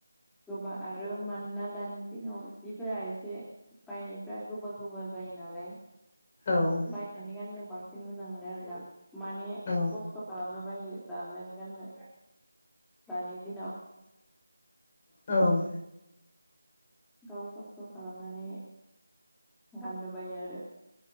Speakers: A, in the centre; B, on the left.
A: गोबां आरो मानोना दानि दिनाव जिफोरा एसे बायनायफ्रा गोबा गोबा जायो नालाय
B: औ
A: बायनानै गाननो बांसिन मोजां मोनो आरोना माने
B: औ
A: खस्थ' खालामनो बायो दानानै गाननो दानि दिनाव
B: औ
A: गाव खस्थ' खालामनानै गाननो बायो आरो